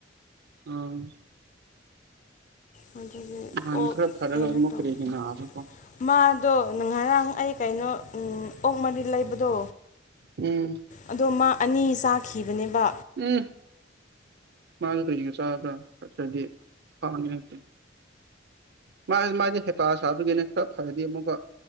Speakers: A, on the right (about 55°); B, on the left (about 40°).
A: ꯑ
B: ꯑꯗꯨꯗꯒꯤ
A: ꯅꯍꯥꯟ
B: ꯑꯣ
A: ꯈꯔ ꯐꯔꯒ
B: ꯀꯩꯅꯣ
A: ꯑꯃꯨꯛ
B: ꯇꯧꯕꯗꯣ
A: ꯀꯔꯤꯒꯤ ꯅꯥꯕꯀꯣ
B: ꯃꯥꯗꯣ ꯅ ꯉꯔꯥꯡ ꯑꯩ ꯀꯩꯅꯣ ꯑꯣꯛ ꯃꯔꯤꯜ ꯂꯩꯕꯗꯣ
A: ꯎꯝ
B: ꯑꯗꯣ ꯃꯥ ꯑꯅꯤ ꯆꯥꯈꯤꯕꯅꯦꯕ
A: ꯎꯝ ꯃꯥꯁꯨ ꯀꯩꯒ ꯆꯥꯕ꯭ꯔꯥ ꯆꯅꯗ꯭ꯔꯗꯤ ꯐꯥꯅꯤ ꯈꯇꯦ ꯃꯥ ꯃꯥꯏꯁꯦ ꯍꯦꯄꯥ ꯁꯥꯕꯒꯤꯅꯦ ꯈꯔ ꯐꯔꯗꯤ ꯑꯃꯨꯛꯀ